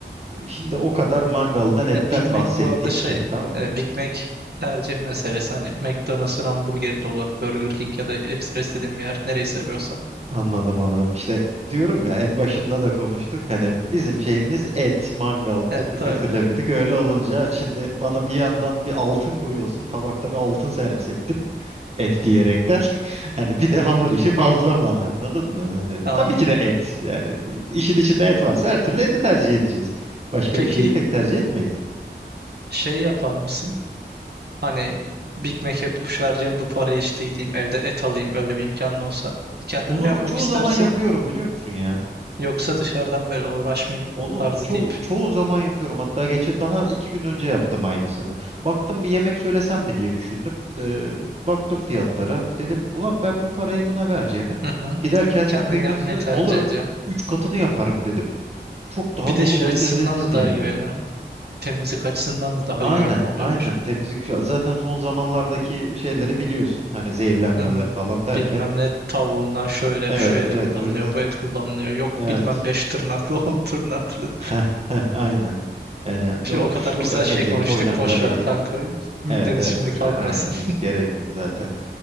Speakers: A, on the right (about 35°); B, on the right (about 65°).
A: Şimdi o kadar mangaldan etten
B: Ya Big Mac
A: bahsettik
B: bu arada şey
A: tamam mı?
B: e, Big Mac tercih meselesi. Hani McDonald's'ın hamburgeri de olur. Burger King ya da ekstra istediğin bir yer. Nereyi seviyorsan.
A: Anladım anladım. İşte diyorum ya en başında da konuştuk. Hani bizim şeyimiz et, mangal. Biz
B: Evet
A: bu
B: ta-
A: kültürle büyüdük. Öyle olunca şimdi bana bir yandan bir altın koyuyorsun. Tabakta bir altın servis ettin. Et diyerekten. <laughs> Hani bir de hamur işi bazlama. Anladın mı? Hani
B: <laughs> anladım.
A: tabii ki de et. Yani işin içinde et varsa her türlü eti tercih edeceğiz. Başka
B: Peki
A: bir şeyi pek tercih etmeyiz.
B: Şey yapar mısın? Hani Big Mac yapıp şu vereceğim bu parayı işte gideyim evde et alayım öyle bir imkanın olsa. Kendim
A: Onu
B: yapmak
A: çoğu
B: istersin
A: zaman yapıyorum biliyor musun ya?
B: yoksa dışarıdan böyle uğraşmayayım
A: Onu
B: tarzı
A: çoğu,
B: deyip
A: çoğu zaman yapıyorum. Hatta geçen daha iki gün önce yaptım aynısını. Baktım bir yemek söylesem mi diye düşündüm. Ee, baktım fiyatlara. Dedim ulan ben bu parayı buna vereceğime
B: hı hı,
A: gider kendim
B: kendin
A: kıymasını
B: yapmayı tercih
A: alırım.
B: ediyor.
A: Üç katını yaparım dedim. Çok daha
B: Bir de
A: dolu
B: şey
A: dolu
B: açısından
A: lezzetlisini
B: da daha
A: yerim
B: güvenilir.
A: dedim.
B: hani. Temizlik açısından da daha
A: Aynen,
B: güvenli oluyordur.
A: aynen. Temizlik şu- zaten son zamanlardaki şeyleri biliyorsun. Hani zehirlenmeler
B: Hmm,
A: falan derken.
B: bilmem ne tavuğundan şöyle
A: Evet,
B: şu et
A: evet.
B: kullanılıyor
A: O yüzden
B: bu et kullanılıyor. Yok
A: evet.
B: bilmem beş tırnaklı <laughs> on tırnaklı.
A: <laughs> Heh, heh, aynen. Yani
B: Şey,
A: yok
B: o kadar
A: şu
B: güzel
A: e,
B: şey
A: eti,
B: konuştuk
A: toynakla
B: boş
A: eti.
B: ver kanka. Midemiz
A: Evet evet
B: şimdi
A: boş
B: kalkmasın.
A: ver. Aynen hiç gerek yok zaten.